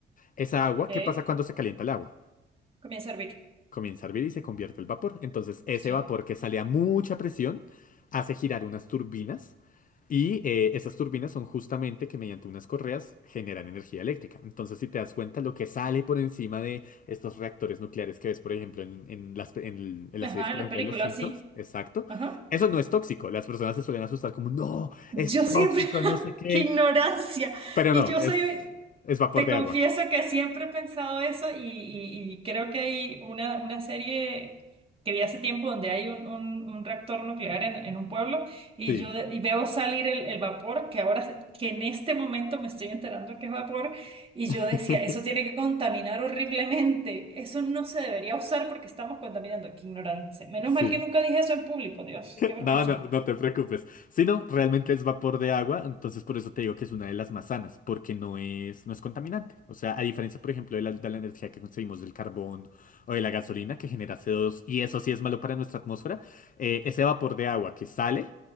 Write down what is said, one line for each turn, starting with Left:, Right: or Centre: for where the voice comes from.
Left: Esa agua,
Right: ¿Ok?
Left: ¿qué pasa cuando se calienta el agua?
Right: Comienza a hervir.
Left: comienza a hervir y se convierte el vapor. Entonces, ese
Right: Sí.
Left: vapor que sale a mucha presión hace girar unas turbinas y eh, esas turbinas son justamente que mediante unas correas generan energía eléctrica. Entonces, si te das cuenta, lo que sale por encima de estos reactores nucleares que ves, por ejemplo, en, en las, pe- en el- en las
Right: Ajá,
Left: series, por
Right: en las
Left: ejemplo,
Right: películas,
Left: de Los Simpsons,
Right: sí.
Left: exacto,
Right: Ajá.
Left: eso no es tóxico. Las personas se suelen asustar como, no,
Right: Yo
Left: es tóxico,
Right: siempre, <laughs>
Left: no sé qué.
Right: qué ignorancia.
Left: Pero
Right: Y
Left: no,
Right: yo
Left: es,
Right: soy,
Left: es vapor
Right: te
Left: de
Right: confieso
Left: agua.
Right: que siempre he pensado eso y, y- y creo que hay una, una serie que vi hace tiempo donde hay un, un- un reactor nuclear en, en un pueblo y
Left: Sí,
Right: yo de- y veo salir el, el vapor que ahora, se- que en este momento me estoy enterando que es vapor y yo
Left: <laughs>
Right: decía, eso tiene que contaminar horriblemente, eso no se debería usar porque estamos contaminando. Qué ignorancia. Menos
Left: sí.
Right: mal que nunca dije eso en público, Dios, qué vergüenza.
Left: No, no, no te preocupes. Si no, realmente es vapor de agua, entonces por eso te digo que es una de las más sanas, porque no es, no es contaminante. O sea, a diferencia, por ejemplo, de la, de la energía que conseguimos del carbón o de la gasolina que genera CO2, y eso sí es malo para nuestra atmósfera, eh, ese vapor de agua que sale,